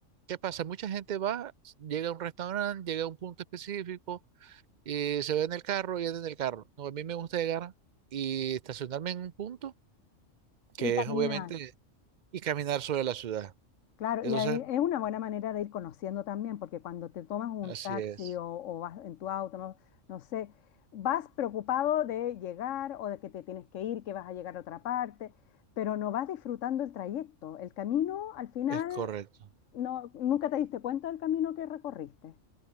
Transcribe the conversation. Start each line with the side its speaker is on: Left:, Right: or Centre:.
Right: ¿qué pasa? Mucha gente va, llega a un restaurante, llega a un punto específico y se ve en el carro y anda en el carro. No, a mí me gusta llegar y estacionarme en un punto que
Left: Y caminar.
Right: es obviamente y caminar sobre la ciudad.
Left: Claro,
Right: Entonces,
Left: y ahí es una buena manera de ir conociendo también, porque cuando te tomas un
Right: así
Left: taxi
Right: es,
Left: o, o vas en tu auto, no, no sé, vas preocupado de llegar o de que te tienes que ir, que vas a llegar a otra parte, pero no vas disfrutando el trayecto. El camino, al final,
Right: es correcto.
Left: no, nunca te diste cuenta del camino que recorriste.